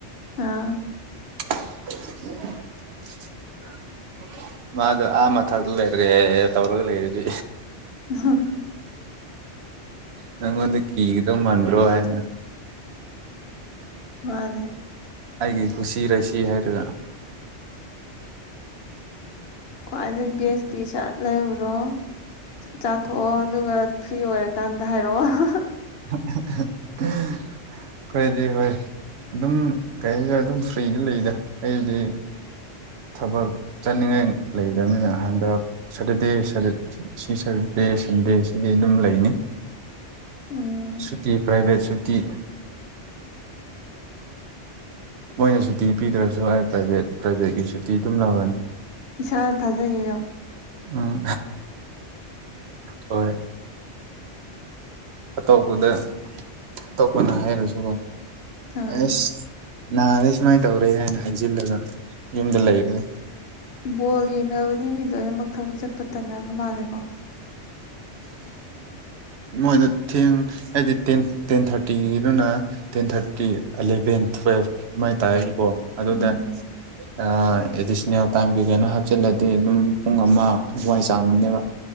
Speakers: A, on the left; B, on the right.
A: ꯑꯥ
B: <inaudible> ꯃꯥꯗꯣ ꯑꯥ ꯃꯊꯛꯇ ꯂꯩꯔꯦ ꯇꯧꯔꯒ ꯂꯩꯔꯗꯤ
A: ꯍꯥ
B: ꯅꯪꯉꯣꯟꯗ ꯀꯤꯒꯗꯕ ꯃꯥꯟꯔꯕ꯭ꯔꯣ ꯍꯥꯏꯅ
A: ꯃꯥꯅꯦ
B: ꯑꯩꯒꯤ ꯀꯨꯁꯤ ꯔꯥꯁꯤ ꯍꯥꯏꯔꯒ
A: ꯈ꯭ꯋꯥꯏꯗꯒꯤ ꯕꯦꯁꯇꯤ ꯁꯠ ꯂꯩꯔꯨꯔꯣ ꯁꯠ ꯆꯥꯊꯣꯛꯑꯣ ꯑꯗꯨꯒ ꯐ꯭ꯔꯤ ꯑꯣꯏꯔꯀꯥꯟꯗ ꯍꯥꯏꯔꯛꯑꯣ
B: <inaudible> ꯑꯩꯈꯣꯏꯗꯤ ꯍꯣꯏ ꯑꯗꯨꯝ ꯀꯩꯅꯣꯗ ꯑꯗꯨꯝ ꯐ꯭ꯔꯤꯗ ꯂꯩꯗ ꯑꯩꯗꯤ ꯊꯕꯛ ꯆꯠꯅꯤꯡꯉꯥꯏ ꯂꯩꯗꯕꯅꯤꯅ ꯍꯟꯗꯛ ꯁꯇꯔꯗꯦ ꯁꯤ ꯁꯇꯔꯗꯦ ꯗꯦ ꯁꯟꯗꯦ ꯁꯤꯗꯤ ꯑꯗꯨꯝ ꯂꯩꯅꯤ
A: ꯎꯝ
B: ꯁꯨꯇꯤ ꯄ꯭ꯔꯥꯏꯚꯦꯠ ꯁꯨꯇꯤ ꯃꯣꯏꯅ ꯁꯨꯇꯤ ꯄꯤꯗ꯭ꯔꯁꯨ ꯑꯩ ꯄ꯭ꯔꯥꯏꯚꯦꯠ ꯄ꯭ꯔꯥꯏꯚꯦꯠꯀꯤ ꯁꯨꯇꯤ ꯑꯗꯨꯝ ꯂꯧꯔꯅꯤ
A: ꯏꯁꯥꯅ ꯊꯥꯖꯩꯌꯦ
B: ꯎꯝ ꯍꯣꯏ ꯑꯇꯣꯞꯄꯗ ꯑꯇꯣꯞꯄꯅ ꯍꯥꯏꯔꯁꯨꯀꯣ
A: ꯑꯥ
B: ꯑꯁ ꯅꯥꯔꯦ ꯁꯨꯃꯥꯏꯅ ꯇꯧꯔꯦ ꯍꯥꯏꯅ ꯍꯥꯏꯖꯤꯜꯂꯒ ꯌꯨꯝꯗ ꯂꯩꯔꯒ
A: ꯕꯣꯜ ꯌꯦꯡꯅꯕꯅꯤ ꯃꯤ ꯂꯣꯏꯅꯃꯛ ꯊꯕꯛ ꯆꯠꯄ ꯇꯟꯅꯕ ꯃꯥꯜꯂꯦꯀꯣ
B: ꯃꯣꯏꯗ ꯊꯦꯡ ꯍꯥꯏꯗꯤ ꯇꯦꯟ ꯊꯥꯔꯇꯤꯒꯤꯗꯨꯅ ꯇꯦꯟ ꯊꯥꯔꯇꯤ ꯑꯦꯂꯦꯚꯦꯟ ꯇ꯭ꯨꯋꯦꯜꯚ ꯑꯗꯨꯃꯥꯏꯅ ꯇꯥꯏꯔꯒꯀꯣ ꯑꯗꯨꯗ
A: ꯎꯝ
B: ꯑꯦꯗꯤꯁꯅꯦꯜ ꯇꯥꯏꯝꯒꯤ ꯀꯩꯅꯣ ꯍꯥꯞꯆꯤꯜꯂꯗꯤ ꯑꯗꯨꯝ ꯄꯨꯡ ꯑꯃ ꯑꯗꯨꯋꯥꯏ ꯆꯥꯡꯗꯅꯦꯕ